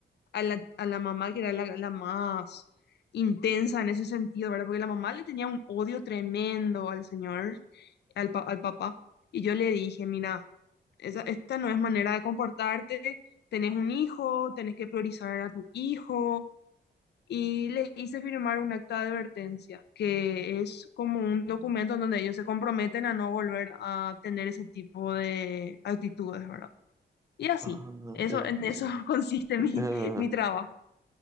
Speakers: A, on the left; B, on the right.
A: a la, a la mamá, que era la, la más intensa en ese sentido, ¿verdad? Porque la mamá le tenía un odio tremendo al señor, al, pa- al papá. Y yo le dije, mira, esa, esta no es manera de comportarte, tenés un hijo, tenés que priorizar a tu hijo. Y le hice firmar un acta de advertencia, que es como un documento en donde ellos se comprometen a no volver a tener ese tipo de actitudes, ¿verdad? Y así,
B: Ah,
A: eso,
B: entiendo.
A: en eso <laughs> consiste mi,
B: Ah,
A: mi trabajo.